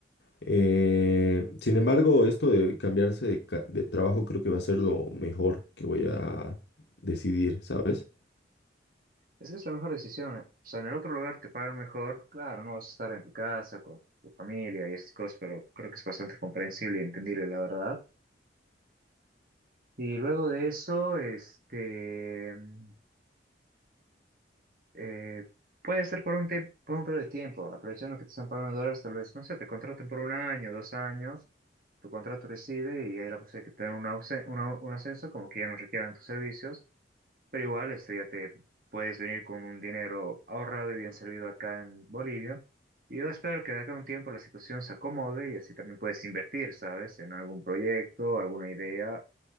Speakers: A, on the left; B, on the right.
A: Eh, sin embargo, esto de cambiarse de, ca- de trabajo creo que va a ser lo mejor que voy a decidir, ¿sabes?
B: Es que es la mejor decisión. eh. O sea, en el otro lugar te pagan mejor. Claro, no vas a estar en tu casa con tu familia y estas cosas, pero creo que es bastante comprensible y entendible, la verdad. Y luego de eso, este, mm, eh, puede ser por un, tie- por un periodo de tiempo, aprovechando que te están pagando en dólares, tal vez, no sé, te contraten por un año, dos años, tu contrato recibe y hay la posibilidad de que te den un, ausen- una- un ascenso, como que ya no requieran tus servicios. Pero igual, este, ya te puedes venir con un dinero ahorrado y bien servido acá en Bolivia. Y yo espero que de acá a un tiempo la situación se acomode y así también puedes invertir, ¿sabes? En algún proyecto, alguna idea